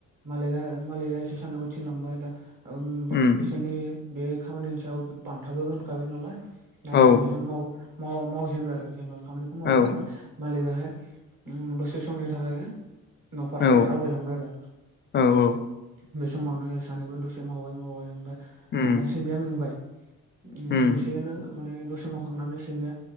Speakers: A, on the right; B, on the left.
A: मालिगा बेसोर सानैखौ थानलांबाय
B: उम
A: बिसोरनि बे खामानिनि सायाव बान्थाबो दोनखाबाय नालाय दा
B: औ
A: सानैजों मावजेनबाय आरो जेनेबा खामानिखौ मावबाय
B: औ
A: होनबा मालिकाहाय उ दसे समनि थाखाय न' फारसे
B: औ
A: आवगायलांबाय आरो
B: औ औ
A: बे समावनो सानैबो दसे मावबाय मावबाय ओमफफ्राय
B: उम
A: दाना सैमिाया मेंबाय उ
B: उम
A: दसेनो माने दसे मावखांनानै सैमाया